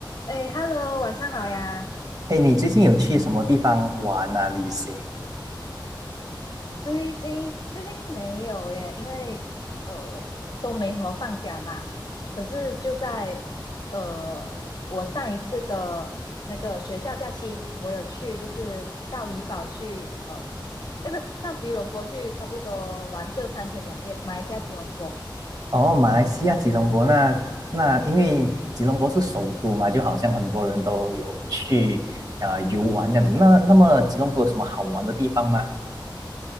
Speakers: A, on the left; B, on the right.
A: 哎，Hello，晚上好呀。
B: 嘿，你最近有去什么地方玩啊？旅行？
A: 最近最近没有耶，因为呃都没什么放假嘛。可是就在呃我上一次的那个学校假期，我有去就是到怡保去呃，哎不，到吉隆坡去，差不多玩个三天两夜，马来西亚吉隆坡。
B: 哦，马来西亚吉隆坡那那，因为吉隆坡是首都嘛，就好像很多人都有去啊、呃游玩这样子。那那么吉隆坡有什么好玩的地方吗？